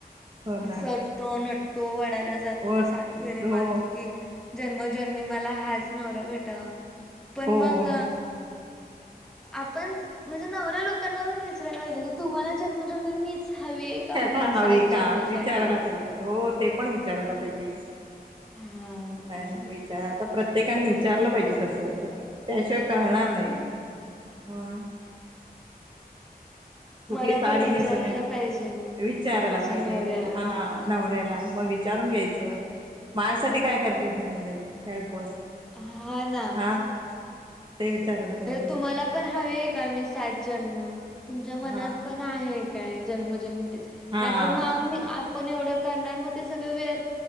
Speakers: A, on the right; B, in the centre.
A: हो ना
B: सजतो नटतो वा. डाला जातो
A: हो
B: सात फेरे
A: हो
B: मारतो की. जन्मोजन्मी मला हाच न्हवरा भेटाव पण
A: हो
B: मंग
A: ना
B: आपण म्हणजे नवरे लोकांना पण विचरायला पाहिजे की तुमाला जन्मोजन्मी मीच. हवी आहे का
A: ना
B: म्हणून
A: हवी
B: सात जन्मासाठी.
A: का विचारायला पाईजे हो- ते पण विचारायला पाईजे
B: हा मग
A: नाई नाई विचारा आता प्रत्य प्रत्येकाने विचारलं पाईजे तसं तर त्याशिवाय कळणार
B: हम्म.
A: नइ. होय. कुटली
B: मला
A: साडी
B: पण विचारायला
A: नेसु मी
B: पाहिजे मग
A: विचारायला
B: माझ्या
A: पाईजे
B: नवऱ्याला.
A: हा नवऱ्याला म विचारून घ्यायचं मायासाठी काय करताय तुमी मणायच काय उपवास
B: हा ना
A: हा ते विचारायला पाहिजे
B: तर तुमाला पण हवीय काय मी सात ज जन्म तुमच्या मनात
A: हा
B: पण आहे काय जन्मोजन्मी टिच
A: हा
B: नाय तर मग आम्मी पण एवड करणार म ते सगळं व्यर